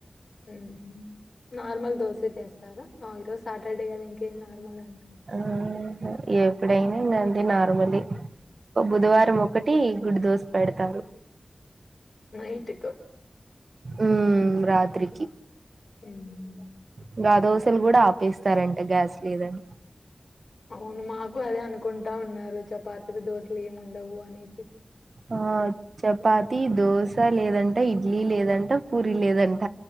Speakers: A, on the left; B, on the right.
A: ఉం నార్మల్ దోసే చేస్తారా ఆ ఇ రోజు సాటర్డే కదా ఇంకేంది ముంది ఇంకా
B: ఆ హ్ ఎప్పుడైనా ఇగాంతే నార్మల్లి బుధవారం
A: మ్మ్
B: ఒకటి గుడ్డు దోస పెడతారు
A: నైట్ కు
B: ఉహ్ రాత్రికి
A: ఉహ్
B: ఇంగా దోసలు కూడా ఆపేస్తారంట గ్యాస్ లేదని
A: అవును మాకు అదే అనుకుంటా ఉన్నారు చపాతిలు దోశలు ఏమి ఉండవు అనీ
B: ఆ చపాతి దోస స లేదంట ఇడ్లీ లేదంట పూరీ లేదంట